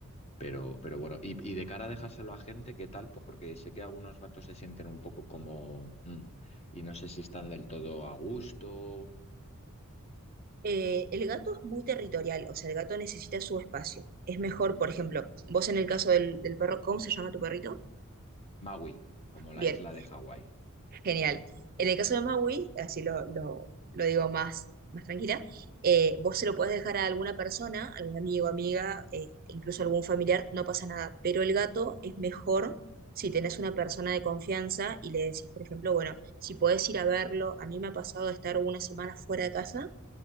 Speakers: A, on the left; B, on the right.
A: pero, pero bueno, y, y de cara a dejárselo a gente, ¿qué tal? Porque sé que algunos gatos se sienten un poco como, "Mm", y no sé si están del todo a gusto.
B: Eh, el gato es muy territorial, o sea, el gato necesita su espacio. Es mejor, por ejemplo, vos en el caso del, del perro, ¿cómo se llama tu perrito?
A: Maui, como la
B: Bien,
A: isla de Hawái.
B: Genial. En el caso de Maui, así lo, lo, lo digo más, más tranquila, eh, vos se lo podés dejar a alguna persona, algún amigo, amiga, eh, incluso algún familiar, no pasa nada. Pero el gato es mejor si tenés una persona de confianza y le decís, por ejemplo, bueno, si podés ir a verlo, a mí me ha pasado de estar una semana fuera de casa,